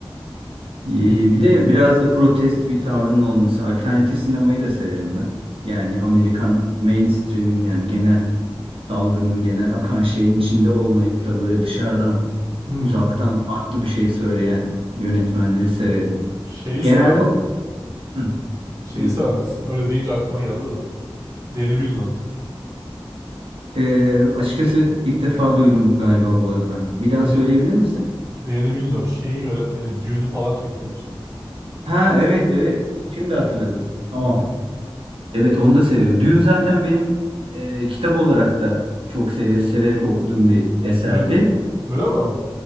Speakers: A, on the right; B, on the right.
A: E,
B: Peki.
A: Bir de biraz da protest bir tavrının olması. Alternatif sinemayı da severim ben. Yani Amerikan mainstream'in yani genel dalganın genel akan şeyin içinde olmayıp da böyle dışarıdan
B: Hmm.
A: uzaktan farklı bir şey söyleyen yönetmenleri severim.
B: Şeyi
A: Genelde
B: seven,
A: Hı,
B: şeyi
A: buyur.
B: seven misin? Öyle deyince aklıma geldi de. Denis Villeneuve.
A: Ee, açıkçası ilk defa duydum galiba bu adı ben. Bir daha
B: Deni,
A: söyleyebilir misin?
B: Denis Villeneuve şeyin yönetmeni Dune'u falan çekti en son.
A: Ha evet evet. Şimdi hatırladım. Tamam.
B: Hı hı.
A: Evet onu da seviyorum. Dune zaten benim e, kitap olarak da çok sev severek okuduğum bir eserdi.
B: Öyle, öyle mi?